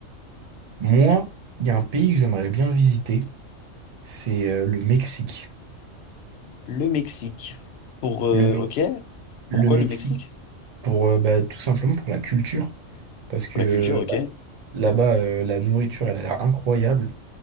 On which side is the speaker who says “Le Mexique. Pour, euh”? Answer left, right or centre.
Left